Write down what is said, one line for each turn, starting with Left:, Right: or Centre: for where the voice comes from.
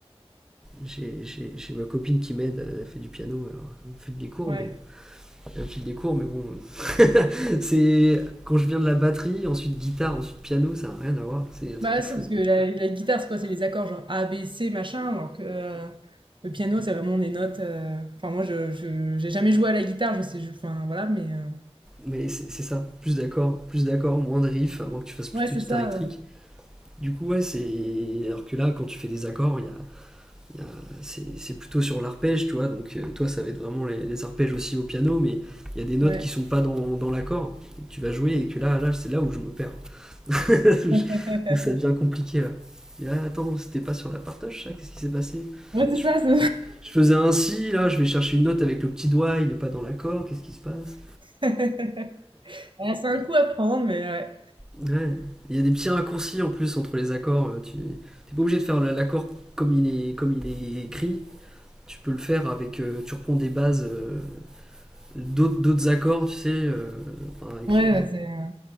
Centre: j'ai- j'ai j'ai ma copine qui m'aide, elle fait du piano, alors elle me file des cours
Right: ouais.
Centre: mais elle me file des cours mais bon <laughs> c'est quand je viens de la batterie, ensuite guitare, ensuite piano, ça n'a rien à voir, c'est un truc
Right: Bah,
Centre: de
Right: c'est
Centre: fou.
Right: parce que la, la guitare, c'est quoi? C'est les accords genre A, B, C, machin. Alors que euh, le piano, c'est vraiment des notes. euh, Enfin, moi, je, je- j'ai jamais joué à la guitare, je sais. je- Enfin, voilà, mais. euh,
Centre: Mais c'est c'est ça, plus d'accords, plus d'accords, moins de riffs, à moins que tu fasses plus
Right: Ouais, c'est
Centre: de guitare
Right: ça.
Centre: électrique.
Right: euh,
Centre: Du coup, ouais, c'est. Alors que là, quand tu fais des accords, il y a- il y a- c'est c'est plutôt sur l'arpège, tu vois. Donc, euh, toi, ça va être vraiment les, les arpèges aussi au piano, mais il y a des notes
Right: Ouais.
Centre: qui sont pas dans, dans l'accord. et que Tu vas jouer et que là, là c'est là où je me perds. <laughs> où, je-
Right: <laughs>
Centre: où ça devient compliqué, là. Et là, attends, c'était pas sur la partage, ça Qu'est-ce qui s'est passé
Right: Ouais, c'est
Centre: je,
Right: ça. C'est
Centre: je faisais un si là, je vais chercher une note avec le petit doigt, il est pas dans l'accord, qu'est-ce qui se passe
Right: <laughs> Ah, c'est un coup à prendre, mais ouais.
Centre: Ouais. Il y a des petits raccourcis en plus entre les accords. euh, Tu n'es pas obligé de faire l'accord comme il est, comme il est écrit Tu peux le faire avec. euh, tu reprends des bases euh, d'autres d'autres accords, tu sais. euh, enfin, avec-
Right: Ouais, ouais, c'est. euh,